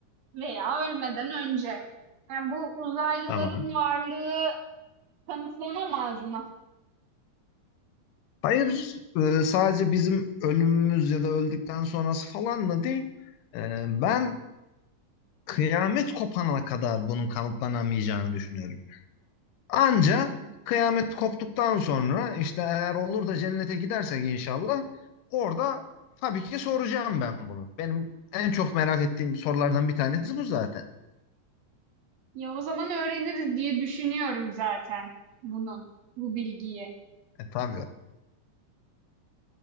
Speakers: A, on the right; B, on the left.
A: veya ölmeden önce yani bu uzaylıların
B: Tamam.
A: varlığı kanıtlanamaz mı?
B: Hayır, e, sadece bizim ölümümüz ya da öldükten sonrası falanla değil. E, ben kıyamet kopana kadar bunun kanıtlanamayacağını düşünüyorum. Anca
A: Hmm.
B: kıyamet koptuktan sonra işte eğer olur da cennete gidersek inşallah orada tabii ki soracağım ben bunu. Benim en çok merak ettiğim sorulardan bir tanesi bu zaten.
A: Ya o zaman öğreniriz diye düşünüyorum zaten bunu, bu bilgiyi.
B: E tabii.